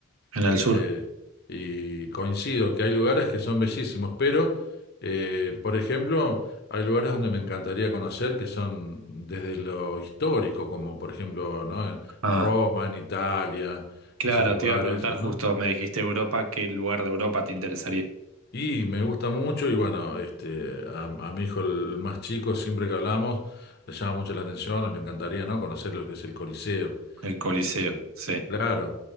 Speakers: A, on the right (about 80°); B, on the left (about 50°).
A: en
B: este,
A: el sur.
B: y coincido que hay lugares que son bellísimos, pero, eh, por ejemplo, hay lugares donde me encantaría conocer que son desde lo histórico, como por ejemplo, ¿no? en
A: Ah,
B: Roma, en Italia,
A: claro,
B: esos lugares,
A: te iba a preguntar
B: ¿no?
A: justo, me dijiste Europa, ¿qué lugar de Europa te interesaría?
B: Y me gusta mucho y bueno, este, a, a mi hijo el, el más chico, siempre que hablamos, le llama mucho la atención, le encantaría, ¿no? Conocer lo que es el Coliseo.
A: El
B: Este,
A: Coliseo, sí.
B: claro,